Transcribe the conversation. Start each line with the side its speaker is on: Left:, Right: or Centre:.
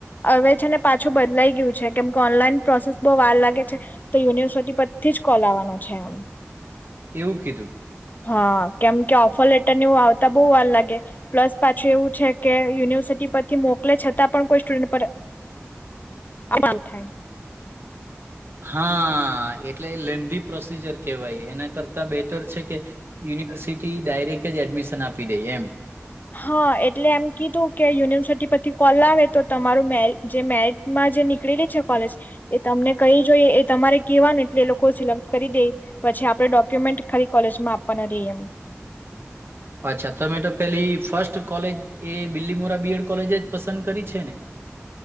Left: હવે છે ને પાછું બદલાઈ ગયું છે કેમ કે ઓનલાઈન પ્રોસેસ બહુ વાર લાગે છે તો યુનિવર્સિટી પરછથી જ કોલ આવવાનો છે એમ
Right: એવું કીધું
Left: હા કેમ કે ઓફર લેટર ને આવતા બહુ વાર લાગે પ્લસ પાછું એવું છે કે યુનિવર્સિટી પરથી મોકલે છતાં પણ કોઈ સ્ટુડન્ટ પર અગાઉ થાય
Right: હા એટલે લેન્ંધી પ્રોસીજર કહેવાય એના કરતાં બેટર છે કે યુનિવર્સિટી ડાયરેક્ટ જ એડમિશન આપી દે એમ
Left: હા એટલે એમ કીધું કે યુનિવર્સિટી પછથી કોલ આવે તો તમારું મ જે મેરિટ માં જે નીકળેલી છે કોલેજ એ તમને કહી જોઈ એ તમારે કેવાનું એટલે એ લોકો સિલેક્ટ કરી દે પછી આપણે ડોક્યુમેન્ટ ખાલી કોલેજમાં આપવાના રહીએ એમ
Right: અચ્છા તમે તો પેલી ફર્સ્ટ કોલેજ એ બિલ્લી મોરા બીએડ કોલેજ જ પસંદ કરી છે ને